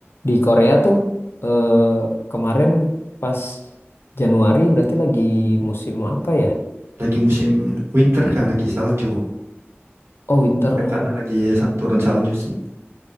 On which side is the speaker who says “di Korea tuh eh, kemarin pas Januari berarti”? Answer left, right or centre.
Left